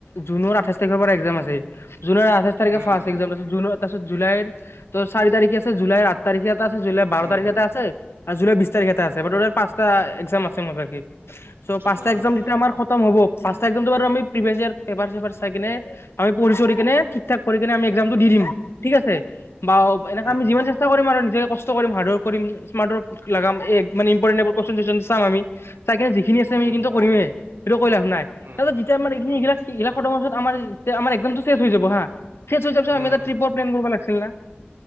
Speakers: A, on the left (about 85°); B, on the right (about 80°).
A: জুনৰ আঠাইশ তাৰিখৰ পৰা একজাম আছে <unintelligible> জুনৰ আঠাইছ তাৰিখে
B: উম।
A: ফাৰ্ষ্ট এক্সাম টো আছে জুনত তাৰপিছত জুলাইৰ ত' চাৰি তাৰিখে আছে জুলাইৰ আঠ তাৰিখেটা আছে জুলাই বাৰ
B: উম,
A: তাৰিখেটা আছে আৰু জুলাই বিশ বিশ তাৰিখে এটা আছে মুঠতে পাঁচটা এক্সাম আ <inaudible> চ'
B: জোনাল
A: পাঁচটা এক্সাম
B: উম,
A: যেতিয়া আমাৰ খতম হ'ব পাঁচটা এক্সাম বাৰু আ প্ৰিভিয়ছ আৰু পেপাৰ চেপাৰ চাই কেনে আমি পঢ়ি চঢ়ি কিনে ঠিক ঠাক কৰি কিনে আমি এক এক্সামটো দি দিম ঠিক আছে বা ও এনেকা
B: উম,
A: আমি দিবো
B: উম,
A: চেষ্টা কৰিম আৰু নিজে কষ্ট কষ্ট কৰিম হাৰ্ডৱৰক কৰিম স্মাৰ্ট ওৱক লগাগাম এক মান ইম কৰিলে এই বোৰ কোৱেচন চোৱেচন চাম আমি তাকে জি যি আছে আমি
B: উম,
A: সেইখিনি কৰিমেই সেইটো কৈ লাভ নাই
B: উম,
A: তাৰপাছ যেতিয়া মানে আমাৰ
B: উম,
A: সি এইবিলাক সেইবিলাক ফটমছত আমাৰ তেতিয়া আমাৰ এক্সামটো শেষ হৈ যাব হা শেষ হৈ যোৱাৰ পাছত
B: উম।
A: আমি ট্ৰিপৰ প্লেন কৰিব লাগছে <unintelligible>